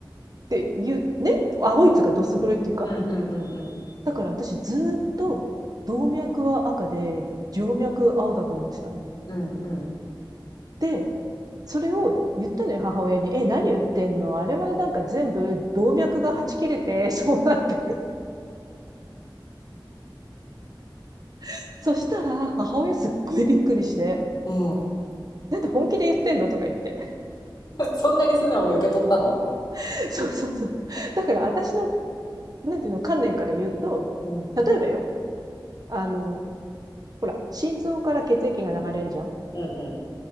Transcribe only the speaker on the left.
うんうん。
うんうんうん。
うん。
<laughs> うんうんうんうんうんうんうんうんうん
そんなに素直に受け取ったのって。
うん。
うんうん。